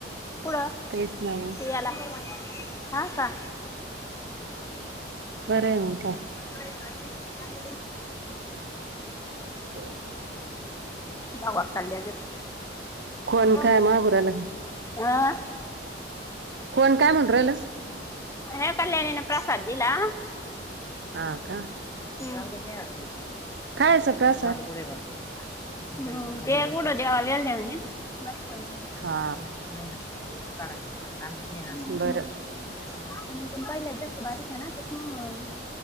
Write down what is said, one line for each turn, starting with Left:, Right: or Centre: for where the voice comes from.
Left: पुढ
Right: तेच ना मग
Left: याला <inaudible> हा का?
Right: बरं आहे मांग काय.
Left: <unintelligible>
Right: <unintelligible>
Left: डोका खाल्यागत
Right: कोण
Left: क
Right: काय मागू राहिलं काय
Left: आ
Right: कोण काय म्हणरल
Left: हे कल्यानीन प्रसाद दिला.
Right: हा का
Left: माग ते नाही आ
Right: खायचा प्रसाद
Left: माग पुढ बा. ते कुठं देवाला गेल त्या म्हणे
Right: हा
Left: थोडस काढा सांगत नाही ना असं.
Right: बरं
Left: आणि पण पहिल्या जास्त बारीक आहे ना त्या.